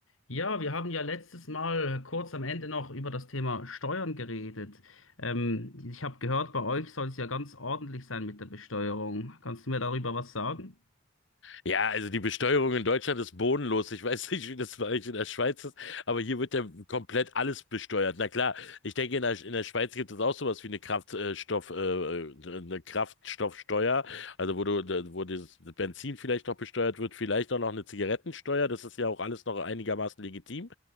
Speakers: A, on the left; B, on the left.
A: Ja, wir haben ja letztes Mal kurz am Ende noch über das Thema Steuern geredet. Ähm, ich habe gehört, bei euch soll es ja ganz ordentlich sein mit der Besteuerung. Kannst du mir darüber was sagen?
B: Ja, also die Besteuerung in Deutschland ist bodenlos. Ich weiß <laughs> nicht, wie das bei euch in der Schweiz ist, aber hier wird ja komplett alles besteuert. Na klar, ich denke, in der, in der Schweiz gibt es auch sowas wie eine Kraftstoff, äh, äh, äh, eine Kraftstoffsteuer, also wo du, wo das Benzin vielleicht noch besteuert wird, vielleicht auch noch eine Zigarettensteuer. Das ist ja auch alles noch einigermaßen legitim.